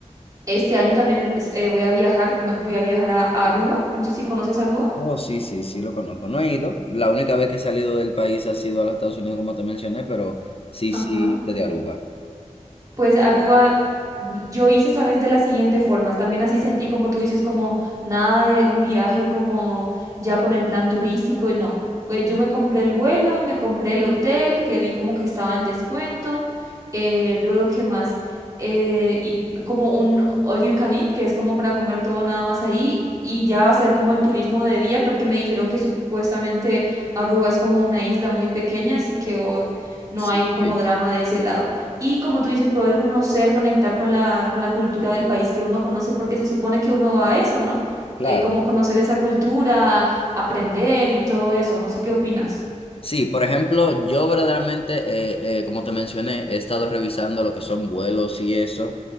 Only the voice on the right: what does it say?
este año también eh, voy a viajar, voy a viajar a Aruba. No sé si conoces Aruba.
Ajá.
Pues Aruba, yo hice, sabes, de las siguientes formas. También así sentí, como tú dices, como nada de un viaje como ya con el plan turístico. y No, pues yo me compré el vuelo, me compré el hotel, que vi como que estaba en descuento. eh, luego, ¿qué más? Eh, y m- como un all you can eat, que es como para comer todo nada más ahí. Y ya va a ser como el turismo de día, porque me dijeron que supuestamente Aruba es como una isla muy pequeña, así que oh, no
hay como
drama de ese lado. Y como tú dices, poder conocer, conectar con la, con la cultura del país que uno conoce, porque se supone que uno va a eso, ¿no?
Eh, como conocer esa cultura, aprender y todo eso. No sé qué opinas.